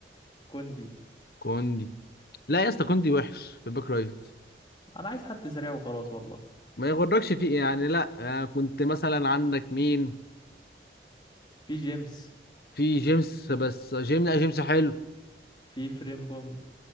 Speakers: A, on the left; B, on the left.
A: كوندي
B: كوندي لا يا اسطى كوندي وحش في الباك رايت
A: أنا عايز حد سريع وخلاص والله
B: ما يغركش فيه يعني لا آه، كنت مثلا عندك مين
A: في جيمس
B: في جيمس بس جيمس لا جيمس حلو
A: في فريمبونج